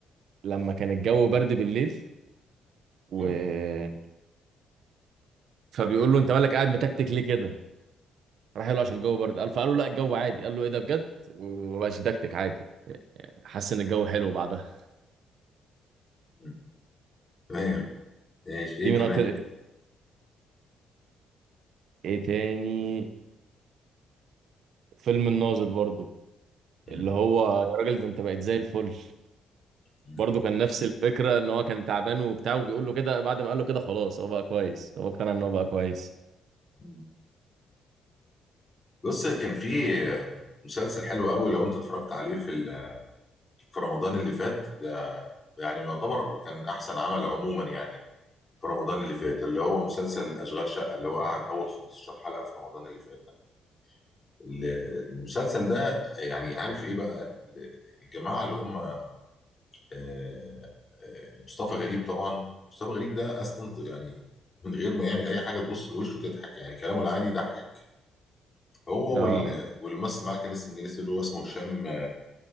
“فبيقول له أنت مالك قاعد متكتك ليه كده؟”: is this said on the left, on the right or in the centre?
Right